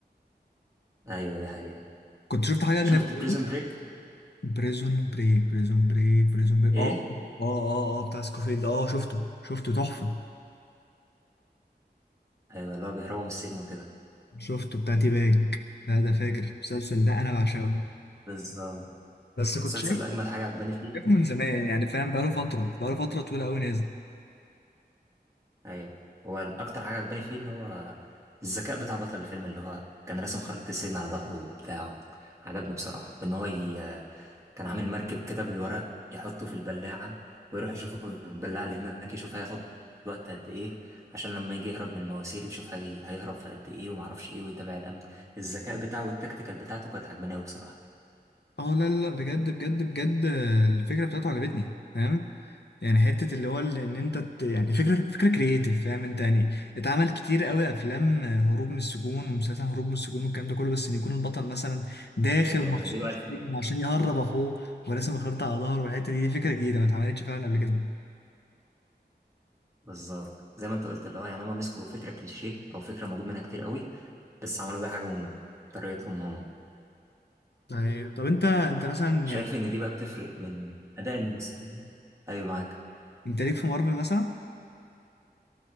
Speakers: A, on the right; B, on the left.
A: ايوه دي حقيقة
B: كنت شفت حاجة اجنبي
A: شفت
B: قريب؟
A: بريزون بريك
B: بريزون بريك بريزون بريك بريزون بريك
A: ايه
B: اه اه اه اه بتاع سكوفيلد اه شفته شفته تحفة
A: ايوه اللي هو بيهربوا من السجن وكده
B: شفته بتاع تي باج ده ده فاجر المسلسل ده انا بعشقه
A: بالظبط
B: بس كنت
A: المسلسل
B: شايف
A: اللي اجمد حاجة عجباني فيه
B: شايفه من زمان يعني فاهم بقاله فترة بقاله فترة طويلة أوي نازل
A: ايوه هو الاكتر حاجة عجباني فيه ان هو الذكاء بتاع بطل الفيلم اللي هو كان راسم خريطة السجن على ظهره وبتاعه عجبني بصراحة وان هو ي... كان عامل مركب كده بالورق يحطه في البلاعة ويروح يشوفه في البلاعة اللي هناك يشوف هياخد وقت قد ايه عشان لما يجي يهرب من المواسير يشوف هي... هيهرب في قد ايه ومعرفش ايه ويتابع الأمن الذكاء بتاعه والتكتيكال بتاعته كانت عجباني أوي بصراحة
B: اه لا لا لا، بجد بجد بجد آه، الفكرة بتاعته عجبتني فاهم يعني حتة اللي هو اللي ان انت ت... يعني فكرة فكرة كرييتيف فاهم انت يعني اتعمل كتير قوي افلام آه، هروب من السجون ومسلسل هروب من السجون والكلام ده كله بس ان يكون البطل مثلا داخل
A: ايوه
B: مخصوص
A: دي بقى
B: السجن
A: الفكره
B: عشان يهرب اخوه وراسم خريطة على ظهره والحتة دي دي فكرة جديدة ما اتعملتش فعلا قبل كده
A: بالظبط زي ما انت قلت اللي هو يعني هما مسكوا فكرة كليشيه أو فكرة موجود منها كتير قوي بس عملوا بيها حاجة من طريقتهم هم
B: طيب طب انت انت مثلا
A: شايف
B: يعني
A: إن دي بقى بتفرق من أداء الممثلين أيوة معاك
B: انت ليك في مارفل مثلا